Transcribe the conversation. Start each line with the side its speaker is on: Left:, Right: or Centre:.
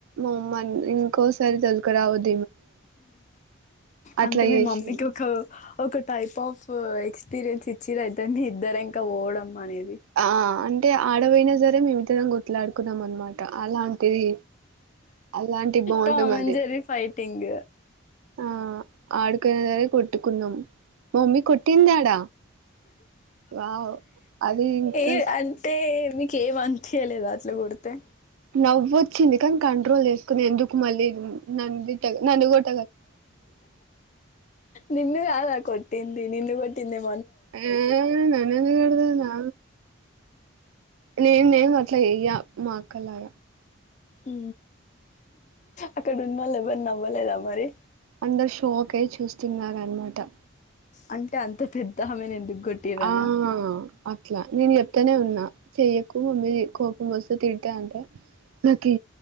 Right: పోమ్మను ఇంకోసారి తోలుకరావద్దు అట్లా
Left: అంటే మీ
Right: చేసింది
Left: మమ్మీకి ఒక ఒక టైప్ ఆఫ్ ఎక్స్పీరియన్స్ ఇచ్చి రైతే మీ ఇద్దరు ఇంకా ఓడం అనేది
Right: ఆ అంటే ఆడ వోయిన సరే మే మిద్దరం కొట్ మాట్లాడుకున్నాం అన్మట అలాంటిది అలాంటి బాండ్
Left: టామ్
Right: మాది
Left: అండ్ జెర్రీ ఫైటింగ్
Right: ఆ ఆడికెనసరే కొట్టుకున్నాం మా మమ్మీ కొట్టిందాడ వావ్ అది ఇంకా
Left: ఏ అంతే మీ కేం అన్పియలేద అట్లా కొడితే
Right: నవ్వుత్ చింది కని కంట్రోల్ చేసుకుని ఎందుకు మళ్ళీ నంది తగ ననుకోటు
Left: నిన్ను కాదా కొట్ ఇంది నిన్ను కొటిందేమో
Right: ఆ నన్నెందుకు తిడుతది నా నేనేం అట్లా చేయ్యా మా అక్క లాగ
Left: హు అక్కడ ఉన్నాళ్ళ ఎవరి నవ్వలేద మరి
Right: అందరు షోక్ అయి చూస్తున్నారు అన్నామాట
Left: అంటే అంత పెద్ద ఆమె ఎందుకు కొట్టిరనా
Right: ఆ అట్లా నేను చెప్తానే ఉన్నా చెయకు మమ్మీ తిడు కోపం వస్తె తిడు తే అంటే నాకి